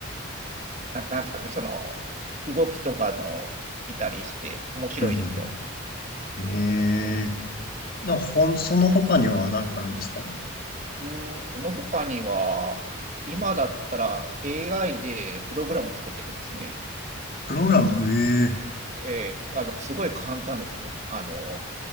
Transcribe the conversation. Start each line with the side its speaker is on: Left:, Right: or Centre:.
Right: な、なんですかね、その、動きとかの見たりして面白いですよ。
Left: うんうんええいや、ほん、その他には何かあるんですか
Right: うーん、その他には、今だったら AI でプログラム作ってますね。
Left: プログラム、ええ
Right: えーあの、すごい簡単ですよ。あの、